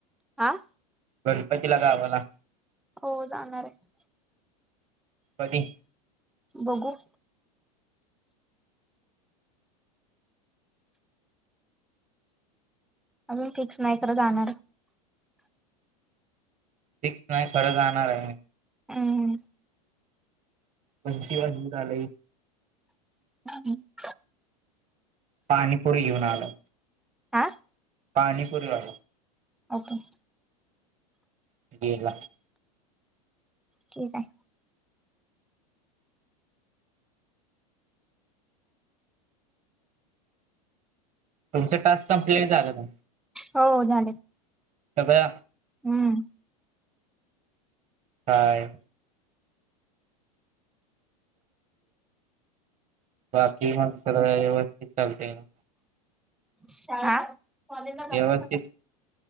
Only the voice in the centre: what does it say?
आज.
हो जाणार आहे.
बघू. अजून फिक्स नाही, खरं जाणाराय.
हम.
<inaudible>
हा.
ओके.
ठीक आहे.
हो झाले.
हम्म.
शाळा कॉलेजला जातोय.